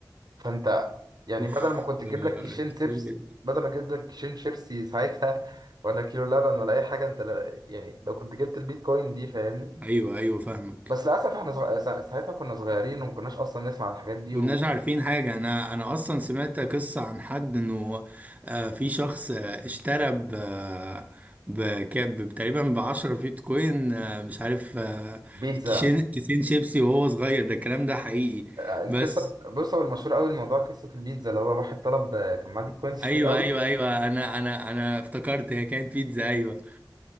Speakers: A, on the right (about 60°); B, on the right (about 20°).
A: فانت يعني
B: اوف
A: بدل ما كنت تجيب
B: آه
A: لك كيشين
B: كتير
A: شيبس
B: جدا
A: بدل ما تجيب لك كيشين شيبسي ساعتها ولا كيلو لبن ولا أي حاجة انت لا- يعني لو كنت جبت البيتكوين دي فاهمني
B: ايوه ايوه فاهمك
A: بس للأسف احنا صغ... سا- ساعتها كنا صغيرين وما كناش أصلا نسمع عن الحاجات دي
B: كناش عارفين حاجة أنا أنا أصلا سمعت قصة عن حد إنه آه في شخص آه اشترى ب آه، بكام تقريبا بعشرة بيتكوين آه مش عارف آه
A: وبيتزا
B: كيسين كيسين شيبسي وهو صغير ده الكلام ده حقيقي
A: آه، القصة
B: بس
A: بص هو المشهور قوي الموضوع قصة البيتزا اللي هو واحد طلب آه، كان معاه بيتكوينز
B: أيوه
A: كتير قوي
B: أيوه أيوه أنا أنا أنا افتكرت هي كانت بيتزا أيوه